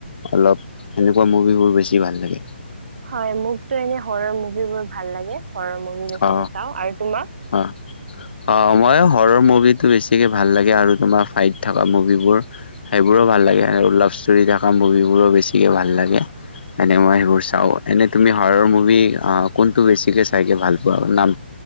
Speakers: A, on the left; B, on the right.
A: অলপ সেনেকুৱা মুভিবোৰ বেছি ভাল লাগে?
B: হয়, মোকতো এনে হৰৰ মুভিবোৰ ভাল লাগে। ঘৰৰ ম বেছিকে
A: অ
B: চাওঁ আৰু তোমাক?
A: অ অ, মই হৰৰ মুভিটো বেছিকে ভাল লাগে। আৰু তোমাৰ ফাইট থকা মুভিবোৰ সেইবোৰো ভাল লাগে। আৰু লাভ ষ্টৰি থকা মুভিবোৰো বেছিকে ভাল লাগে এনে মই সেইবোৰ চাও এনে তুমি হৰৰ মুভি কোনটো বেছিকে চাইকে ভাল ব নাম